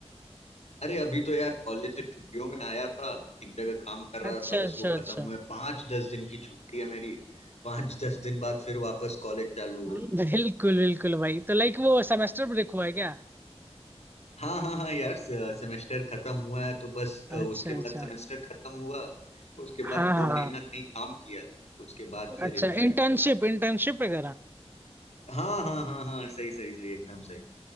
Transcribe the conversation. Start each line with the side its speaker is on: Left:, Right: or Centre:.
Left: अरे अभी तो यार कॉलेज से छुट्टियों में आया था एक जगह काम कर
Right: अच्छा
Left: रहा था
Right: अच्छा
Left: बस वो खत्म
Right: अच्छा
Left: हुआ है पाँच दस दिन की छुट्टी है मेरी पाँच <laughs> दस दिन बाद फिर वापस कॉलेज चालू
Right: <laughs>
Left: होगा
Right: बिल्कुल बिल्कुल भाई तो लाइक वो सेमेस्टर ब्रेक हुआ है क्या
Left: हाँ हाँ हाँ यार स- सेमेस्टर खत्म हुआ है तो बस अ, उसके
Right: अच्छा अच्छा
Left: बाद सेमेस्टर खत्म हुआ उसके
Right: हाँ
Left: बाद दो
Right: हाँ
Left: महीना कहीं काम किया उसके बाद फिर
Right: अच्छा
Left: इधर
Right: इंटर्नशिप
Left: आया
Right: इंटर्नशिप वगैरह
Left: हाँ हाँ हाँ हाँ सही सही सही एकदम सही